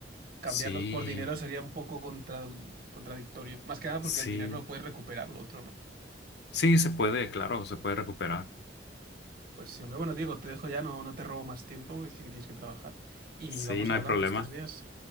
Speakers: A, on the right; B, on the left.
A: cambiarlos
B: Sí,
A: por dinero sería un poco contra- contradictorio. Más que nada porque
B: sí,
A: el dinero lo puedes recuperar, lo otro no.
B: sí, se puede, claro, se puede recuperar.
A: Pues sí, hombre, bueno, Diego, te dejo ya, no, no te robo más tiempo, que sé que tienes que trabajar. Y
B: Sí,
A: vamos
B: no
A: hablando
B: hay problema.
A: estos días.